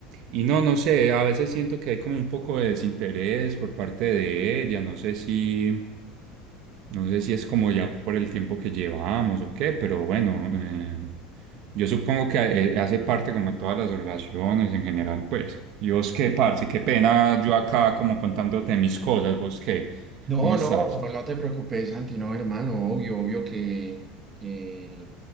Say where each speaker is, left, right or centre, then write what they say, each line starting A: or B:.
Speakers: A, on the right (about 55°); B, on the right (about 25°).
A: y no, no sé, a veces siento que hay como un poco de desinterés por parte de ella, no sé si... No sé si es como ya por el tiempo que llevamos o qué, pero bueno, eh, yo supongo que eh, hace parte como de todas las relaciones en general, pues. ¿Y vos qué, parce? Qué pena yo acá como contándote mis cosas, ¿vos qué?
B: No,
A: ¿Cómo estás?
B: no, no te preocupes, Santi, no, hermano, obvio, obvio que, que